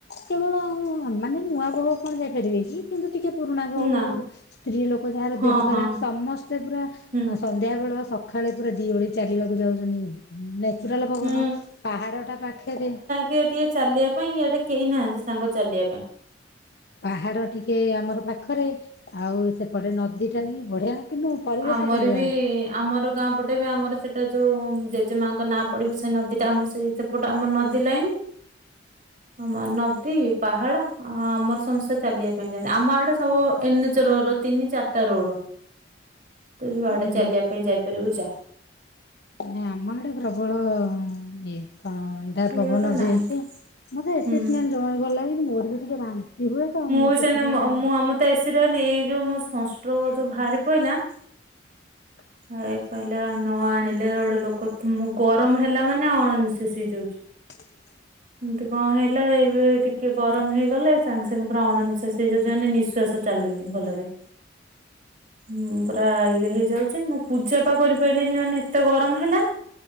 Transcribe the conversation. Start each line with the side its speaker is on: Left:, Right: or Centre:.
Left: କେବଳ ମାନେ ନୂଆ ବହ କଣ ଯାଇପାରିବେ କି କିନ୍ତୁ ଟିକେ ପୁରୁଣା ବୋହୁ
Right: ନା।
Left: ସ୍ତ୍ରୀ ଲୋକ ଯାହାର
Right: ହଁ
Left: ଦେହ ଖରାପ
Right: ହଁ
Left: ସମସ୍ତେ ପୁରା ଆ ସ
Right: ହୁଁ।
Left: ସନ୍ଧ୍ୟାବେଳ ସକ ଖାଳେ ପୁରା ଦି ଓଳି ଚାଲିବାକୁ ଯାଉଛନ୍ତି ନେଚୁରାଲ ପବନ
Right: ହୁଁ
Left: ପାହାଡ ଟା ପାଖେରେ
Right: ଟିଏ ଟିଏ ଚାଲିବା ପାଇଁ ଏଆଡ଼େ କେହି ନାହାନ୍ତି ସାଙ୍ଗ ଚାଲିବା ପାଇଁ।
Left: ପାହାଡ଼ ଟିକେ ଆମର ପାଖରେ ଆଉ ସେପଟେ ନଦୀଟା ବି ବଢ଼ିଆ କିନ୍ତୁ ପରିବେଶ
Right: ଆମର
Left: ବଢ଼ିଆ।
Right: ବି ଆମର ଗାଁ ପଟେ ବି ଆମର ସେଇଟା ଯୋଉ ଜେଜେମାଙ୍କ ନାଁ ପଡିବୁ ସେ ନଦୀଟା ଆମ ସେଇ ସେପଟ ଆମର ନଦୀ ଲାଇନ ଆମ ନଦୀ ପାହାଡ ଆମର ସମସ୍ତେ ଚାଲିବା ପାଇଁ ଯାଆନ୍ତି ଆମ ଆଡେ ସବୁ ଏନ ଏଚ ରୋଡ ତିନି ଚାରିଟା ରୋଡ। ତୁ ଯୁଆଡେ
Left: ହୁଁ
Right: ଚାଲିବା ପାଇଁ ଯାଇପାରିବୁ ଯା।
Left: ନାଁ ଆମ ଆଡେ ପ୍ରବଳ ଇଏ ତ ଡା ପବନ
Right: ଇଆଡେ ନାହିଁ
Left: ଦେଇ ଅଛି ମୋତେ ଏ
Right: ହୁଁ
Left: ସି ସ୍ମେଲ ଜମାରୁ ଭଲଲାଗେନି ମୋର ବି ଟିକେ ଭାନ୍ ତି ହୁଏତ ମୁଁ
Right: ବି
Left: ସେଥିପାଇଁ
Right: ସେମିତି ମ ମୁଁ ଆମ ତ ଏ ସି ନେଇ ଏଇ ଯଉ ସଣ୍ଟ୍ରୋକ ଭାହାରି ଯୋଉ ପାଇଲା
Left: ହ <inaudible> <inaudible>
Right: ଭାଇ କହିଲେ ନ ଆଣିଲେ ଗୋଡେ ଲୋକ ମୁଁ ଗରମ ହେଲା ମାନେ ଅଣ ନିଃଶ୍ୱାସି ହେଇଯାଉଚି।
Left: <inaudible>
Right: ଏମତି କଣ ହେଲାବେଳେ ଏବେ ଟିକେ ଗରମ ହେଇଗଲେ ସାଙ୍ଗ ତେଣୁ ପୁରା ଅଣନିଶ୍ଵାସ ହେଇଯାଉ ମାନେ ନିଶ୍ଵାସ ଚାଲୁନି ଭଲରେ। ହୁଁ ପୁରା ଇଏ ହେଇଯାଉଚି ମୁଁ ପୂଜା ପା କରିପାଇଲିନି ମାନେ ଏତେ ଗରମ ହେଲା।